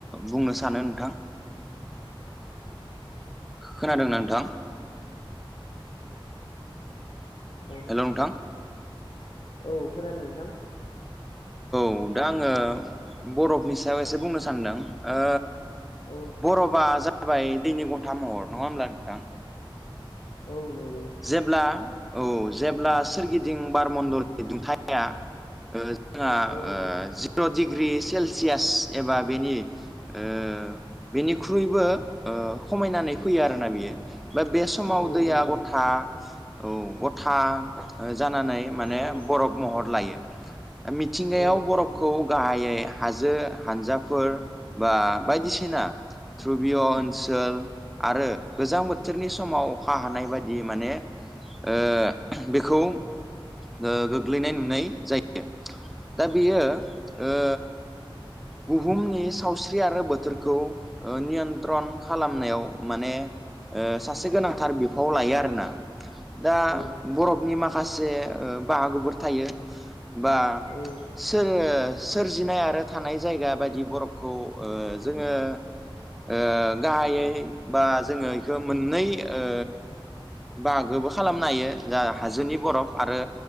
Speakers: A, in the centre; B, on the left (about 60°).
A: बुंनो सानो नोंथां खोनादोंना नोंथां।
B: औ
A: हेल' नोंथां
B: औ खोनादों नोंथां।
A: औ दा आङो बरफनि सायाव एसे बुंनो सानदों ओ
B: औ
A: बरबा जाबाय दैनि गथा महर नङा होमब्ला नोंथां।
B: औ नंगौ
A: जेब्ला औ जेब्ला सोरगिदिं बारमण्डलनि दुंथाया ओ जोंहा
B: औ
A: जिर' डिग्रि सेलसियास एबा बेनि ओ बेनिख्रुइबो ओ खमायनानै फैयो आरोना बियो बा बे स माव
B: औ
A: दैया
B: नंगौ
A: गथा औ गथा जानानै माने
B: औ
A: बरफ महर लायो मिथिंगायाव
B: औ
A: बर'फ खौ गाहायै हाजो हानजाफोर बा बायदिसिना ध्रबिय ओनसोल आरो गोजां बोथोरनि समाव अखा हानाय बाय दि माने ओ बेखौ ओ गोग्लैनाय नुनाय जायो दा बेयो ओ बुहुमनि सावस्रि आरो बोथोरखौ नियन्त्रन खालामनायाव माने। सासे गोनांथार बिफावाव लायो आरोना। दा
B: औ औ
A: बरफनि माखासे बाहागोफोर थायो बा
B: ओमफ्राय
A: जोङो सोरजिनाय आरो थानाय जायगा बायदि बरफखौ ओ जोङो ओ गाहायै बा जोङो बेखौ मोननै ओ बाहागोबो खालामनो हायो जा हाजोनि बरफ आरो